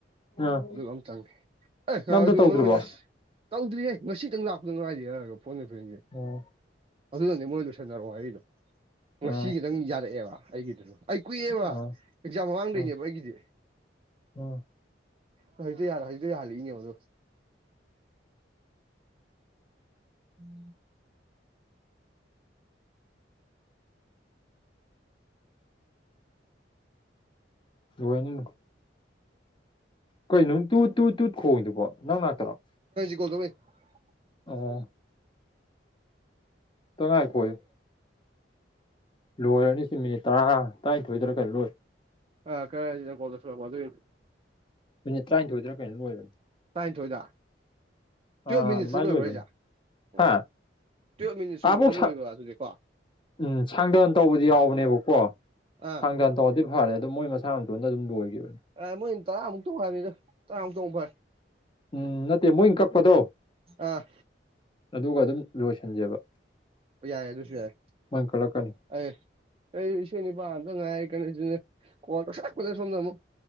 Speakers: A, on the left (about 25°); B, on the right (about 30°).
A: ꯑ
B: ꯑꯗꯨꯒ ꯑꯃꯇꯪꯅꯤ ꯑꯦ ꯉ
A: ꯅꯪ ꯑꯝꯇ
B: ꯑꯗꯨ
A: ꯇꯧꯗ꯭ꯔꯤꯕꯣ
B: ꯃꯔꯨ ꯑꯣꯏꯅ ꯑꯁ ꯇꯧꯗ꯭ꯔꯤꯌꯦ ꯉꯁꯤꯗꯪ ꯂꯥꯛꯄꯗ ꯉꯥꯏꯔꯤ ꯍꯥꯏꯔꯒ ꯐꯣꯟ ꯑꯩ ꯐ꯭ꯔ‌ꯦꯟꯒꯤ
A: ꯑꯣ
B: ꯑꯗꯨꯅꯅꯦ ꯃꯣꯏ ꯂꯣꯏꯁꯟꯅꯔꯛꯑꯣ ꯍꯥꯏꯗꯣ ꯉꯁꯤ
A: ꯑ
B: ꯈꯤꯇꯪ ꯌꯥꯔꯛꯑꯦꯕ ꯑꯩꯒꯤꯗꯨꯁꯨ ꯑꯩ ꯀꯨꯏꯑꯦꯕ
A: ꯑ
B: ꯑꯦꯛꯖꯥꯝ ꯃꯃꯥꯡꯗꯩꯅꯦꯕ
A: ꯑ
B: ꯑꯩꯒꯤꯗꯤ
A: ꯑ
B: ꯍꯧꯖꯤꯛꯇ ꯌꯥ ꯍꯧꯖꯤꯛꯇ ꯌꯥꯍꯜꯂꯤꯅꯦ ꯑꯗꯣ ꯑꯣ
A: ꯂ‌ꯣꯏꯅꯤ ꯀꯩꯩꯅꯅꯨꯡ ꯇꯨ ꯇꯨ ꯇꯨ ꯈꯣꯡꯉꯤꯗꯨꯕꯣ ꯅꯪ ꯅꯥꯛꯇꯔ‌ꯣ
B: <unintelligible>
A: ꯑꯣ ꯇ ꯉꯥꯏꯈ‌ꯣ ꯌꯨ ꯂꯣꯏꯔꯅꯤ ꯁꯤ ꯃꯤꯅꯤꯠ ꯇꯔꯥ ꯇꯔꯥꯅꯤꯊꯣꯏꯗ꯭ꯔ ꯀꯩꯃ ꯂꯣꯏ
B: ꯑ ꯀꯔ ꯀꯣꯜ ꯇꯧꯁꯜꯂꯛꯄ ꯑꯗꯨꯏꯅꯤ
A: ꯃꯤꯅꯤꯠ ꯇꯔꯥꯅꯤꯊꯣꯏꯗꯔꯥ ꯀꯩꯅ‌ꯣꯝ ꯂꯣꯏꯕꯅꯤ
B: ꯇꯔꯥꯅꯤꯊꯣꯏꯗ ꯇꯨꯌꯦꯞ
A: ꯑꯥ
B: ꯃꯤꯅꯤꯠꯁꯇ
A: ꯑꯗꯨꯃꯥꯏꯅ
B: ꯂꯣꯏꯕ꯭ꯔꯥ
A: ꯂꯣꯏꯕꯅꯤ
B: ꯍꯥꯏꯁꯦ ꯑꯣ
A: ꯍꯥ
B: ꯇꯨꯌꯦꯜꯞ ꯃꯤꯅꯤꯠꯁꯀꯨꯝꯕꯗ
A: ꯑꯥꯐꯧ
B: ꯂꯣꯏꯕ ꯑꯗꯨꯗꯤꯀꯣ
A: ꯎꯝ ꯁꯥꯡꯗꯟ ꯇꯧꯕꯗꯤ ꯌꯥꯎꯕꯅꯦꯕꯀꯣ
B: ꯑꯥ
A: ꯁꯥꯡꯗꯟ ꯇꯧꯕꯔꯗꯤ ꯐꯔꯦ ꯑꯗ ꯃꯣꯏ ꯃꯁꯥ ꯃꯇꯣꯟꯗ ꯑꯗꯨꯝ ꯂꯣꯏꯈꯤꯕ
B: ꯑ ꯃꯣꯏ ꯇꯔꯥꯃꯨꯛ ꯇꯣꯡꯕꯅꯤꯗꯣ ꯇꯔꯥꯃꯨꯛ ꯇꯣꯡ ꯐꯣꯏ
A: ꯎꯝ ꯅꯠꯇꯦ ꯃꯣꯏ ꯀꯛꯄꯗꯣ
B: ꯑꯥ
A: ꯑꯗꯨꯒ ꯑꯗꯨꯝ ꯂꯣꯏꯁꯟꯖꯦꯕ
B: ꯌꯥꯏꯦ ꯑꯗꯨꯁꯨ ꯌꯥꯏ
A: ꯃꯣꯏꯅ ꯀꯛꯂꯛꯀꯅꯤ
B: ꯑꯩ ꯑꯩ ꯏ ꯅꯤꯄꯥ ꯑꯝꯇ ꯉꯥꯏꯔꯤ ꯀꯩꯅꯣꯅꯦ ꯀꯋꯥꯇ ꯁꯣꯛ ꯀꯗ ꯁꯣꯟꯖꯃꯣ